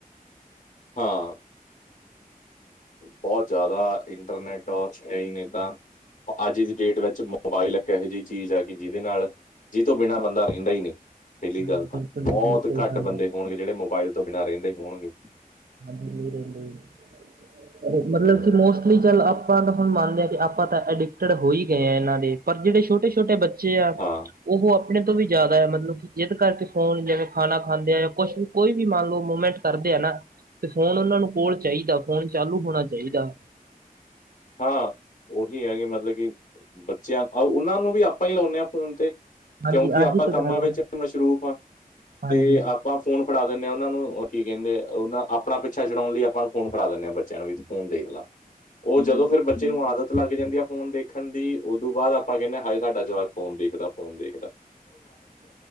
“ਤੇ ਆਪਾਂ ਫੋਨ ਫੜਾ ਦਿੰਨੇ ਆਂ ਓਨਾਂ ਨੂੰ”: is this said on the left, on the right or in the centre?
Left